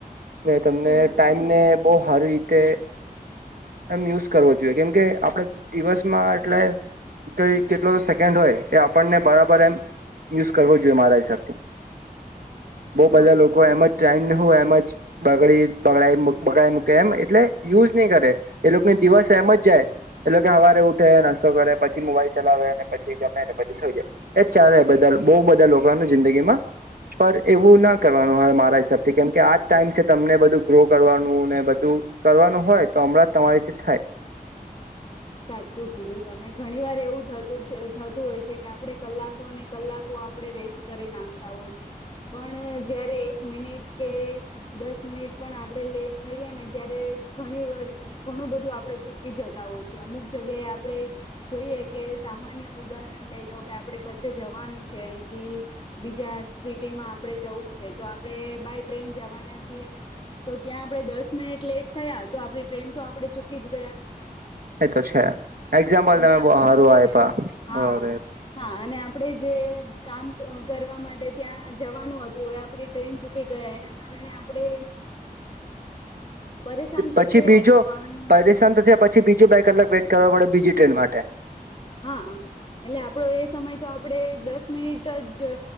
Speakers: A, on the right; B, on the left.
A: મે તમને
B: હમ
A: ટાઈમ ને બહુ સારી રીતે એમ યુઝ કરવો જોઈએ કેમ કે આપડ દિવસમાં એટલે કઈ કેટલો સન્ હોય એ આપણને બરાબર એમ યુઝ કરવો જોઈએ મારા હિસાબથી બઉ
B: હા.
A: બધા લોકો એમ જ ટાઈમ ન હો એમ જ બગડી બગડ બગડ મૂકે એમ એટલે યુઝ નહી કરે એ લોકોને દિવસ એમ જ જાય એટલે કે સવારે ઉઠે નાસ્તો કરે પછી મોબાઈલ ચલાવે પછી ગમે ને પછી સઈ જાય એજ ચાલે બધા બહુ બધા લોકોનું જિંદગી માં પણ એવું ના કરવાનું મારા હિસાબથી કેમ કે આજ ટાઈમ છે તમને બધું ગ્રો કરવાનું ને બધું કરવાનું હોય તો હમણાં તમારીથી થાય
B: સાચું કીધું તમે ઘણી વાર એવું થતું થતું હોય છે કે આપડે કલાકોને કલાકો આપ વેસ્ટ કરી નાખતા હોય છે પણ જય્યારે એક મિનિટ કે દસ મિનિટ પણ આપણે લેટ થઈએ ને ત્યારે ઘણી વાર ઘણું બધું આપડે ચૂકી જતા હોય અમુક જગ્યાએ આપણે જોઈએ કે સામાન્ય ઉદાહરણ લઈ લવ કે આપણે કશે જવાનું છે અહીથી બીજા સિટીમાં આપણેે જવું છે તો આપણેે બાય ટ્રેન જવાના છીએ તો ત્યાં આપણે દસ મિનિટ લેટ થયા તો આપણી ટ્રેન તો આપણે ચૂકી જ ગયા
A: એ તો છે એક્ઝામ્પલ
B: અને
A: તમે
B: આપડું
A: બહુ સારું
B: જે
A: આપ્યા
B: હા
A: અરે
B: હા અને આપણે જે કામ કરવા માટે ત્યાં જવાનું હતું એ આપણે ટ્રેન ચૂકી ગયા એના કારણે આપણે પરેશાન તો
A: પછી
B: થયા
A: બીજો
B: જ પણ
A: પરેશાન તો થયા પછી બીજો બે કલાક વેઇટ કરવા પડે બીજી ટ્રેન માટે
B: હા એટલે આપડો એ સમય તો આપણેે દસ મિનિટ જ